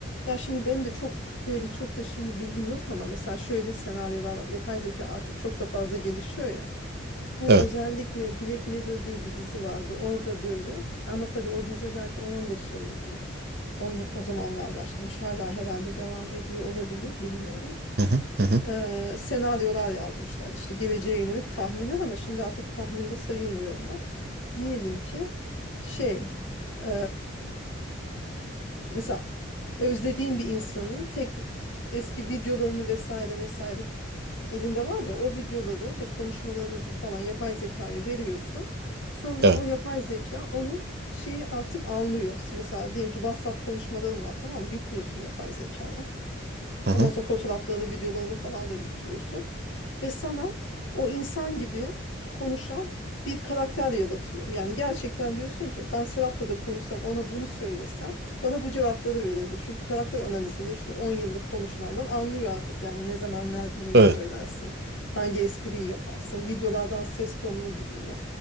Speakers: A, on the left; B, on the right.
A: Ya şimdi benim de çok böyle çok da şimdi bilgim yok ama mesela şöyle senaryolar var. Yapay zeka artık çok da fazla gelişiyor ya. Bu
B: Evet.
A: özellikle Black Mirror diye bir dizi vardı. Orada böyle ama tabii o dizi belki 10-15 yıllık mı? Onu, o zamanlar başlamış. Hala herhalde devam ediyor olabilir bilmiyorum.
B: Hı hı, hı hı,
A: Ee, senaryolar yazmışlar işte geleceğe yönelik tahminler ama şimdi artık tahminde sayılmıyor onlar. Diyelim ki şey ee, mesela özlediğin bir insanın tek eski videolarını vesaire vesaire elinde var ya o videoları ve konuşmalarınızı falan yapay zekaya veriyorsun. Sonra
B: evet.
A: o yapay zeka onu şeyi artık anlıyor. Mesela diyelim ki WhatsApp konuşmaların var tamam mı? Yüklüyorsun yapay zekaya.
B: Hı hı,
A: Ondan sonra fotoğraflarını, videolarını falan da yüklüyorsun ve sana o insan gibi konuşan bir karakter yaratıyor. Yani gerçekten diyorsun ki ben Serap'la da konuşsam ona bunu söylesem bana bu cevapları verirdi. Çünkü karakter analizini işte 10 yıllık konuşmandan anlıyor artık yani ne zaman nerede neyi
B: evet.
A: söylersin, hangi espriyi yaparsın, videolardan ses tonunu biliyor.